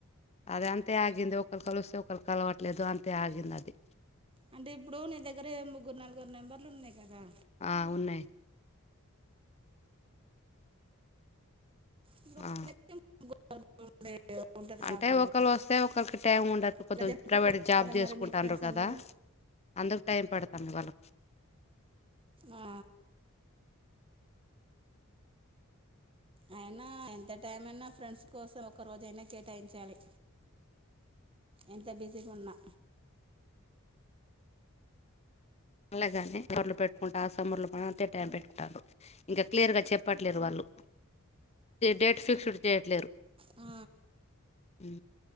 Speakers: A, on the left; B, on the right.
A: అద అంతే ఆగింది ఒకరు కలిస్తే ఒకరు కలవట్లేదు అంతే ఆగింది అది
B: అంటే ఇప్పుడు నీ దగ్గర ముగ్గురు నలుగురు నెంబర్లు ఉన్నాయి కదా
A: ఆ ఉన్నాయి్
B: ఇప్పుడు
A: ఆ
B: నా దగ్గర ముగ్గురు ఉంటది
A: అంటే
B: కాబోలు
A: ఒకళ్రు వస్తే ఒకరికి టైం ఉండొచ్చు కొద్ది
B: అలా జరుపుకోరు
A: ప్రైవేట్ జాబ్
B: కదా
A: చేసుకుంటున్నారు
B: మరి మీ ఫ్రెండ్స్
A: కదా
B: అందరూ
A: అందుకు టైం పెడతాం ఇవాళ్ళ
B: ఆ, అయినా ఎంత టైమ అనా ఫ్రెండ్స్ కోసం ఒక రోజైనా కేటాయించాలి ఎంత బిజీకున్నా
A: అలాగానే ఎవర్లో పెట్టుకుంటే ఆ సమర్ంలో అంతే టైం పెట్టుకుంటారు ఇంకా క్లియర్ గా చెప్పట్లేరు వాళ్ళు డేట్ ఫిక్స్డ్ చేయట్లేరు
B: ఆ
A: హు